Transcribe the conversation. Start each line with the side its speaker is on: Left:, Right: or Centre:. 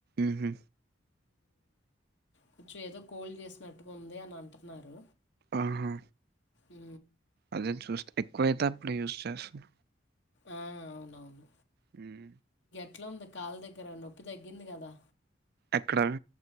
Right: ఉహూ.
Left: కొంచెం ఏదో కోల్ చేసినట్టుగా ఉంది అని అంటున్నారు
Right: ఆహా
Left: ఉ
Right: అదే చూస్తా ఎక్కువైతే అప్పుడు యూస్్ చేస్తును
Left: ఆ అవునవును
Right: ఉం
Left: ఎట్లా ఉంది కాల్ దగ్గర నొప్పి తగ్గింది కదా
Right: ఎక్కడ